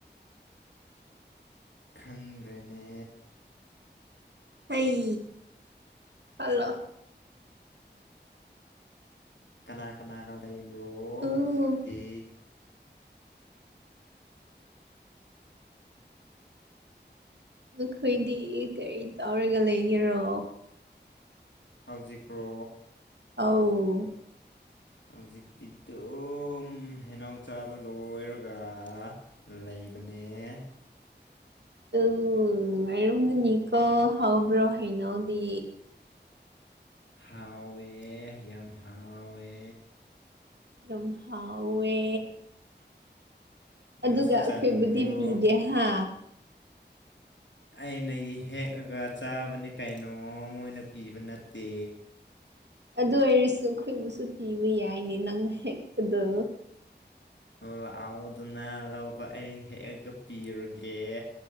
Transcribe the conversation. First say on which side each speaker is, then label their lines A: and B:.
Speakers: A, on the left; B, on the right.
A: ꯈꯪꯗ꯭ꯔꯦꯅꯦ
B: ꯍꯩ ꯈꯟꯂꯣ
A: ꯀꯅꯥ ꯀꯅꯥꯒ ꯂꯩꯕ꯭ꯔꯣ
B: ꯎ
A: ꯍꯧꯖꯤꯛꯇꯤ
B: ꯅꯈꯣꯏꯗꯤ ꯀꯔꯤ ꯇꯧꯔꯒ ꯂꯩꯒꯦꯔꯣ
A: ꯍꯧꯖꯤꯛ꯭ꯔꯣ
B: ꯑꯧ
A: ꯍꯧꯖꯤꯛꯇꯤ ꯑꯗꯨꯝ ꯍꯦꯅꯧ ꯆꯥꯕ ꯂꯣꯏꯔꯒ ꯂꯩ <unintelligible>
B: ꯎ ꯅꯨꯉꯥꯏꯔꯝꯒꯅꯤꯀꯣ ꯍꯥꯎꯕ꯭ꯔꯣ ꯍꯩꯅꯧꯗꯤ
A: ꯍꯥꯎꯋꯦ ꯌꯥꯝ ꯍꯥꯎꯋꯦ
B: ꯌꯥꯝ ꯍꯥꯎꯋꯦ ꯑꯗꯨꯒ
A: ꯅꯪꯁꯨ
B: ꯑꯩꯈꯣꯏꯕꯨꯗꯤ
A: ꯆꯥꯅꯤꯡꯕ꯭ꯔꯣ
B: ꯄꯤꯗꯦ ꯍꯥ
A: ꯑꯩꯅ ꯍꯦꯛꯑꯥꯒ ꯆꯥꯕꯅꯤ ꯀꯩꯅꯣ ꯃꯣꯏꯅ ꯄꯤꯕ ꯅꯠꯇꯦ
B: ꯑꯗꯨ ꯑꯣꯏꯔꯁꯨ ꯑꯩꯈꯣꯏꯕꯨꯁꯨ ꯄꯤꯕ ꯌꯥꯏꯅꯦ ꯅꯪꯅ ꯍꯦꯛꯄꯗꯣ
A: ꯂꯥꯛꯑꯣꯗꯨꯅ ꯂꯧꯕ ꯑꯩ ꯍꯦꯛꯑꯒ ꯄꯤꯔꯒꯦ